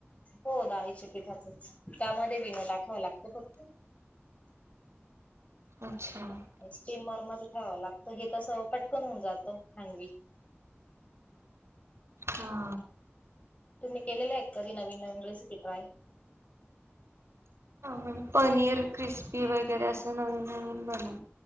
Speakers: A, on the left; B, on the right.
A: हो डाळीच्या पिठाचेच त्यामध्ये व इनो टाकावा लागत फक्त.
B: अच्छा
A: ऐस् क्रीम मर मारी ठेवावं लागत हे तस पटकन होऊन जातं खांडवी.
B: हा
A: तुम्ही केलेलं एक कधी नवीन नवीन रेसिपी ट्राय
B: मग पनीर क्रिस्पी वगैरे असं नवीन नवीन बनव